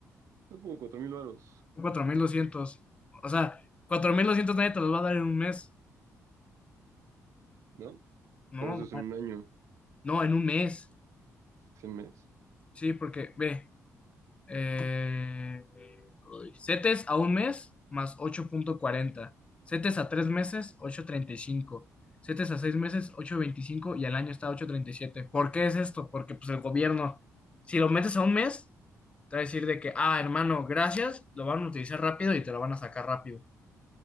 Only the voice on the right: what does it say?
Son como 4.000 varos,
¿no?
Pero eso es en un año,
100 meses.